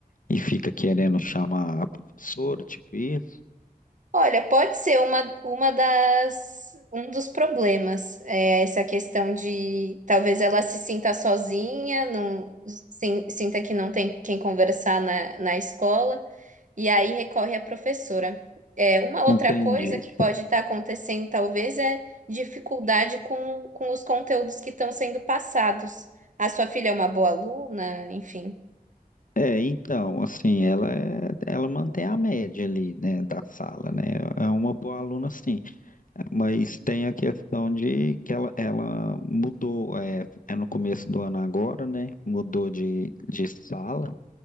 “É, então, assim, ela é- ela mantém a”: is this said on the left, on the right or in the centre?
Left